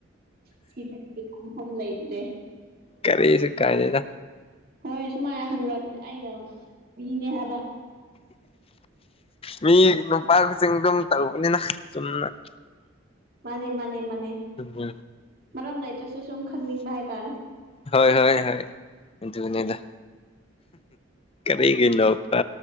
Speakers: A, on the right; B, on the left.
A: ꯁꯤ <unintelligible> ꯗꯤ ꯐꯝ ꯂꯩꯇ꯭ꯔꯦ꯫
B: ꯀꯔꯤꯁꯨ ꯀꯥꯏꯗꯦꯗ
A: ꯍꯣꯏ ꯁꯨꯃꯥꯏꯅ ꯍꯪꯔꯛꯄꯅꯦ ꯑꯩꯅ ꯃꯤꯅꯦ ꯍꯥꯏꯕ
B: ꯃꯤ ꯅꯨꯄꯥ ꯈꯨꯗꯤꯡ ꯑꯗꯨꯝ ꯇꯧꯕꯅꯤꯅ ꯆꯨꯝꯅ
A: ꯃꯥꯅꯦ ꯃꯥꯅꯦ ꯃꯥꯅꯦ
B: ꯎꯝ
A: ꯃꯔꯝ ꯂꯩꯏꯇ꯭ꯔꯁꯨ ꯁꯨꯝ ꯈꯪꯅꯤꯡꯕ ꯍꯥꯏꯇꯥꯔꯦ
B: ꯍꯣꯏ ꯍꯣꯏ ꯍꯣꯏ ꯑꯗꯨꯅꯦꯗ ꯀꯔꯤꯒꯤ ꯅꯣꯛꯄꯥ